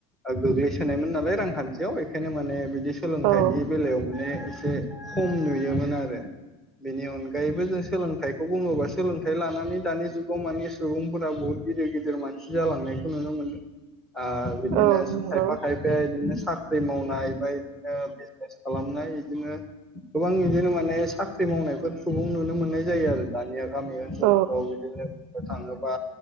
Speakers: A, in the centre; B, on the right.
A: गोग्लैसोनायमोन नालाय रांखान्थियाव एखायनो माने बिदि सोलोंथाइनि
B: औ
A: बेलायाव माने एसे खम नुयोमोन आरो। बेनि अनगायैबो जों सोलोंथाइखौ बुङोबा सोलोंथाइ लानानै दानि जुगाव माने सुबुंफोरा बहुद गिदिर गिदिर मानसि जालांनायखौ नुनो मोनदों आ बिदिनो
B: औ नंगौ
A: खायफा खायफाया बिदिनो खाख्रि मावनाय बाय ओ बिजनेस खालामनाय बिदिनो गोबां बिदिनो माने साख साख्रि मावनायफोर सुबुं नुनो मोननाय जायो आरो दानिया गामि ओनसोलफोराव
B: औ
A: बिदिनो बुंनो थाङोबा